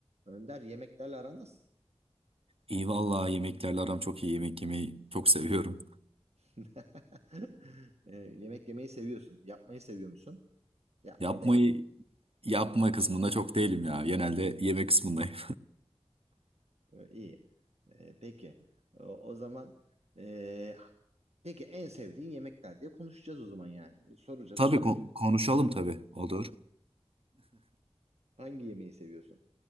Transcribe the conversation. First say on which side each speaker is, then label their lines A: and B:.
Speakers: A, on the right; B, on the right.
A: Önder yemeklerle aran nasıl?
B: İyi vallahi yemeklerle aram çok iyi. Yemek yemeyi çok seviyorum.
A: <laughs> E, yemek yemeyi seviyorsun. Yapmayı seviyor musun? Yapmayı
B: Yapmayı
A: da e,
B: yapma kısmında çok değilim ya. Genelde yeme kısmındayım.
A: iyi. E, peki. O, o zaman e, peki en sevdiğin yemekler diye konuşacağız o zaman yani. Soracağız,
B: <laughs> Tabii
A: öğreneceğiz.
B: ko- konuşalım tabii olur.
A: Hangi yemeği seviyorsun?